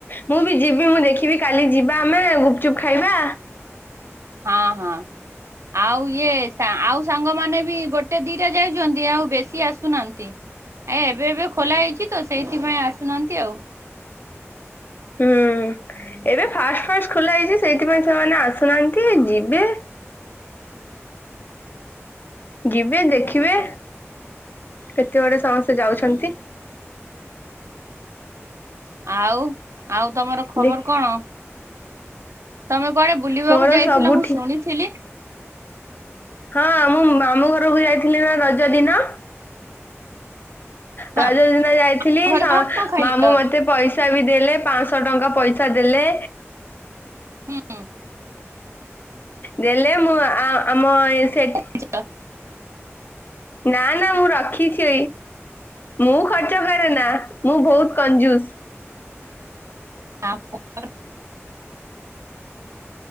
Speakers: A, on the left (about 45°); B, on the right (about 75°).
A: ମୁଁ ବି ଯିବି ମୁଁ ଦେଖିବି କାଲି ଯିବା ଆମେ ଗୁପଚୁପ୍ ଖାଇବା।
B: ହଁ ହଁ। ଆଉ ଇଏ ଆଉ ସାଙ୍ଗ ମାନେ ବି ଗୋଟେ ଦିଟା ଯାଉଛନ୍ତି ଆଉ ବେଶୀ ଆସୁନାହାନ୍ତି। ଏ ଏବେ ଏବେ ଖୋଲା ହେଇଛି ତ ସେଇଥିପାଇଁ ଆସୁନାହାନ୍ତି ଆଉ।
A: ହୁଁ ଏବେ ଫାଷ୍ଟ ଫାଷ୍ଟ ଖୋଲା ହେଇଛି ସେଇଥିପାଇଁ ସେମାନେ ଆସୁନାହାନ୍ତି ଯିବେ ଯିବେ ଦେଖିବେ କେତେ ବେଳେ ସମସ୍ତେ ଯାଉଛନ୍ତି?
B: ଆଉ ଆଉ ତମର ଖବର
A: ଦେଖ
B: କଣ? ତମେ କୁଆଡେ ବୁଲିବାକୁ
A: ମୋର
B: ଯାଇଥିଲ
A: ସବୁଠି
B: ମୁଁ ଶୁଣିଥିଲି।
A: ହଁ ମୁଁ ମାମୁଁ ଘରକୁ ଯାଇଥିଲି ନା ରଜ ଦିନ। ରଜ
B: ହଁ
A: ଦିନ ଯାଇଥିଲି
B: ଘରେ
A: ସ
B: କଣ କଣ ଖାଇଲ?
A: ମାମୁଁ ମତେ ପଇସା ବି ଦେଲେ ପାଞ୍ଚଶହ ଟଙ୍କା ପଇସା ଦେଲେ।
B: ହୁଁ
A: ଦେଲେ ମୁଁ ଆ ଆମ ଏ ସେଠି
B: ଆ <unintelligible>
A: ନା ନା ମୁଁ ରଖିଛି ମୁଁ ଖର୍ଚ୍ଚ କରେ ନା ମୁଁ ବହୁତ କନଜୁସ।
B: ଆ <unintelligible>